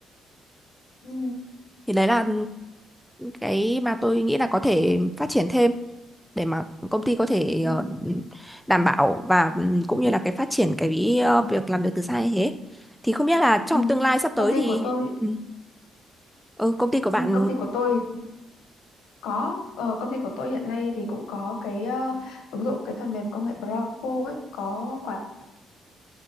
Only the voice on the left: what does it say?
Ừ,
ừ,
ừ.
Công ty
của tôi
ừ, công ty của tôi có ờ, công ty của tôi hiện nay thì cũng có cái ờ, ứng dụng cái phần mềm công nghệ Bravo ấy có quản